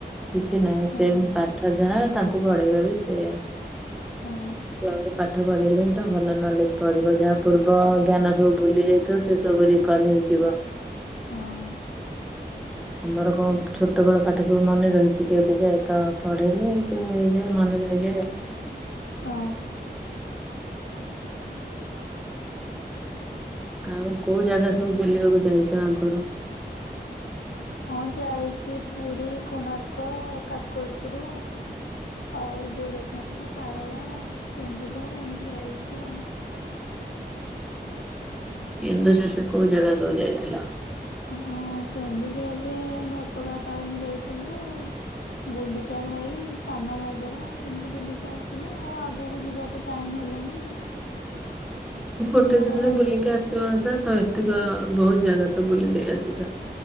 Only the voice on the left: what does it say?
ହଁ
ହଁ
ହଁ।
ହଁ।
ହଁ ଯାଇଛି ପୁରୀ, କୋଣାର୍କ, କାକଟପୁର ଆଉ ଗୋରେଖନାଥ, ଶାରଳା, କେନ୍ଦୁଝର ଏମିତି ଯାଇଛି ଆଉ।
ହଁ କେନ୍ଦୁଝରରେ ଘଟଗା ତାରେଣୀ ଯାଇଥିଲୁ, ଗୁଣ୍ଡିଚା ଘାଇ ସାନ ଘାଗେରା, ଏମିତି ବୁଲିକି ଆସିଲୁ ଆଉ ଆଗକୁ ଯିବାକୁ ଟାଇମ ହେଲାନି ଆଉ।
ବଡ
ଘା